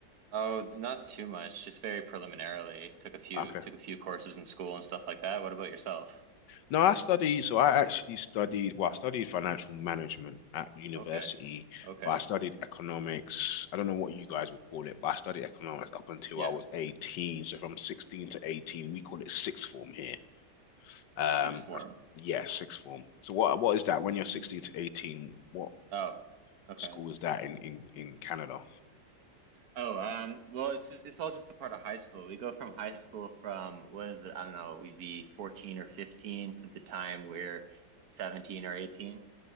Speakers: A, on the right; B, on the left.
A: Oh, not too much, just very preliminarily. Took a few
B: Okay.
A: took a few courses in school and stuff like that. What about yourself?
B: No, I study, so I actually studied, well, I studied financial management at university,
A: Okay. Okay.
B: but I studied economics. I don't know what you guys would call it, but I studied economics up until
A: Yeah.
B: I was 18. So from 16 to 18, we call it sixth form here. Um,
A: Sixth form.
B: yeah, sixth form. So what what is that when you're 16 to 18? What
A: Oh. Okay.
B: school is that in in in Canada?
A: Oh, um, well, it's it's all just the part of high school. We go from high school from what is it? I don't know, we'd be 14 or 15 to the time we're 17 or 18.